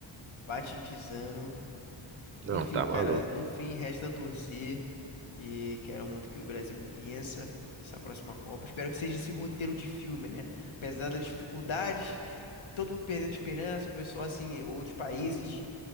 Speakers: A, on the left; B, on the right.
A: bate um desânimo.
B: Não,
A: Enfim,
B: tá
A: cara,
B: maluco.
A: no fim resta torcer e quero muito que o Brasil vença essa próxima Copa. Espero que seja esse roteiro de filme, né? Apesar das dificuldades, todo mundo perdendo esperança, o pessoal assim, outros países